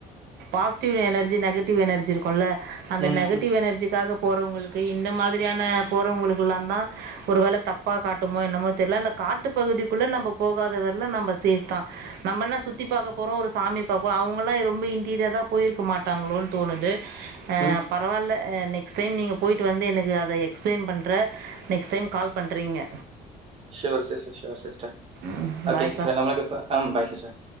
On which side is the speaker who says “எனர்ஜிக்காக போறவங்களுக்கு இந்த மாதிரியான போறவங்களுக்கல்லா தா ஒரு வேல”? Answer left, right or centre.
Right